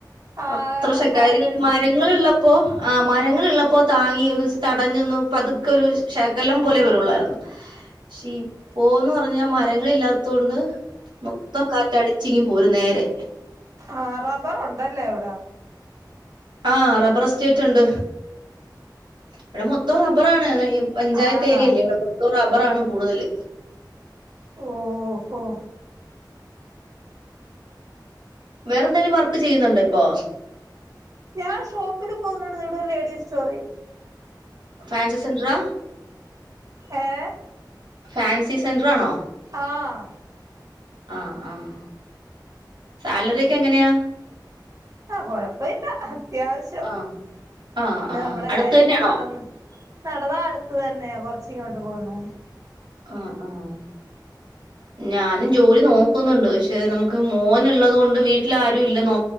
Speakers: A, on the right; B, on the right.
A: ആഹ്
B: അത്ര ശക്കാരി
A: കാറ്റ് വരുമ്പഴത്തെ
B: മരങ്ങളിള്ളപ്പോ ആഹ് മരങ്ങളൾള്ളപ്പോ താങ്ങി ഒന്ന് തടഞ്ഞൊന്ന് പതുക്കെരു ശ് ശകലം പോലെ വരുള്ളായിരുന്നു. ശീ പോന്ന് പറഞ്ഞാ മ മരങ്ങളില്ലാതോണ്ട് മൊത്തം കാറ്റ് അടിച്ചിങ്ങി പോരും നേരെ
A: ആഹ് റബ്ബറുണ്ടല്ലേ എവ്ടെ
B: ആഹ് റബ്ബർ എസ്റ്റേറ്റ് ഇണ്ട്. ഇവിടെ മൊത്തം റബ്ബറാണ് പഞ്ചായത്ത്
A: ആണാ
B: ഏരിയല്ലേ ഇവിടെ മൊത്തോം റബ്ബറാണ് കൂടുതല്.
A: ഓഹോ
B: വേറെ എന്തെങ്കിലും വർക്ക് ചെയ്യുന്നുണ്ടോ ഇപ്പൊ
A: ഞാൻ ഷോപ്പില് പോകുന്നുണ്ട്ത് ഇവിടെ ഒരു ലേഡീസ് സ്റ്റോറി
B: ഫാൻസി സെന്ററാ
A: ഏഹ്
B: ഫാൻസി സെന്ററാണോ
A: ആഹ്
B: ആഹ് ആഹ് സാലറി ഒക്കെ എങ്ങനെയാ
A: ആഹ് കൊഴപ്പല്ല അത്യാവശ്യം
B: ആ, ആ,
A: പിന്നെ
B: ആ.
A: നമ്മുടെ
B: അടുത്ത്
A: കാര്യങ്ങൾ
B: തന്നെയാണോ?
A: നടന്ന് നടതാ അടുത്തു തന്നെ കൊർച്ചിങ്ങോട്ട് പോന്നു.
B: ആഹ് ആഹ് ഞാനും ജോലി നോക്കുന്നുണ്ട് പക്ഷെ നമുക്ക് മോന്ള്ളത് കൊണ്ട് വീട്ടിലാരും ഇല്ല നോ